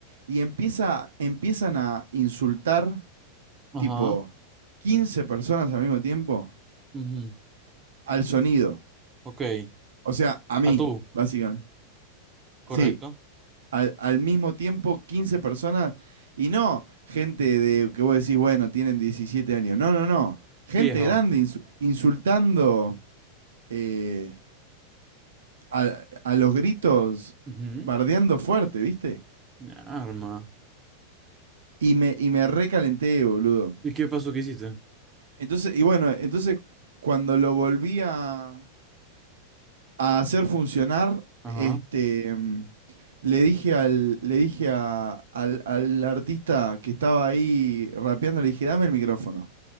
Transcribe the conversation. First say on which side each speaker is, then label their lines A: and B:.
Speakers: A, on the right (about 60°); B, on the right (about 20°).
A: y empieza, empiezan a insultar
B: ajá.
A: tipo 15 personas al mismo tiempo
B: ujú,
A: al sonido.
B: Ok.
A: O sea, a mí,
B: A tú,
A: básicamente.
B: correcto.
A: Sí, al, al mismo tiempo 15 personas y no gente de que vos decís, bueno, tienen 17 años. No, no, no. Gente
B: Viejo.
A: grande insu- insultando eh, a, a los gritos,
B: Ujú.
A: bardeando fuerte, ¿viste?
B: Una Arma.
A: Y me, y me recalenté, boludo.
B: ¿Y qué pasó que hiciste?
A: Entonces, y bueno, entonces cuando lo volví a, a hacer funcionar,
B: Ajá.
A: este, mm, le dije al, le dije a- al, al artista que estaba ahí rapeando, le dije, dame el micrófono.